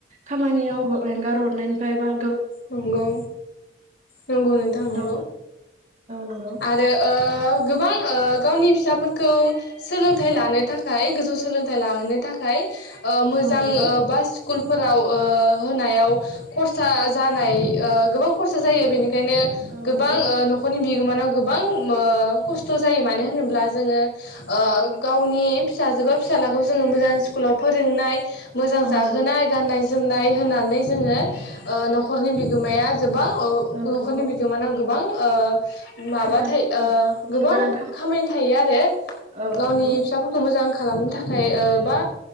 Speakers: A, on the right (about 35°); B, on the left (about 65°).
A: खामानियाव अंगार हरनायनिफ्रायबा
B: नंगौ नंगौ नोंथां नंगौ
A: औ नंगौ
B: आरो ओ गोबां ओ गावनि फिसाफोरखौ सोलोंथाइ लानो थाखाय गोजौ सोलोंथाइ लाहोनो थाखाय ओ मोजां
A: औ नंगौ
B: ओ बासि स्कुल फोराव ओ होनायाव खरसा जानाय ओ गोबां खरसा जायो बेनि ओंखायनो
A: औ नंगौ औ
B: गोबां
A: नंगौ
B: ओ नखरनि बि बिमानाव गोबां ओ खस्थ जायो मानो होनोब्ला जोङो ओ गावनि फिसाजो बा फिसालाखौ जोङो मोजां स्कुलाव फोरोंनाय मोजां
A: औ
B: जाहोनाय
A: नंगौ
B: गाननाय जोमनाय होनानै जोङो ओ न न'खरनि बिगोमाया गोबां ओ
A: औ
B: न'खरनि
A: नंगौ
B: बिगोमाना गोबां ओ। माबा
A: खामानि
B: थायो ओ
A: मावनो
B: गोबां
A: गोनां
B: खामानि थायो आरो
A: औ
B: गावनि
A: नंगौ
B: फिसाफोरखौ मोजां खालामनो थाखाय ओ बा